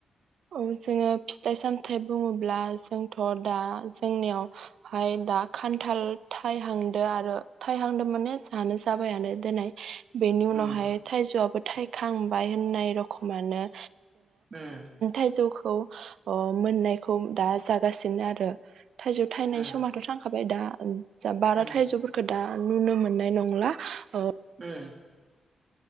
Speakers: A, on the right; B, on the right.
A: औ जोंङो फिथाइ सामथाइ बुंङोब्ला जोंथ' दा जोंनियावहाय दा खान्थाल थाइहांदो आरो थाइहांदो माने जानो जाबायानो देनाय। बेनि
B: उम
A: उनावहाय थाइजौआबो थाइखांबाय होननाय रख'मानो
B: ओम।
A: थायजौखौ ओ मोननायखौ दा जागासिनो आरो। थाइजौ थायनाय
B: उम
A: समाथ' थांखा बाय दा ओं। जा बारा
B: उम
A: थाइजौफोरफोरखो दा नुनो मोननाय नंला ओ
B: ओम।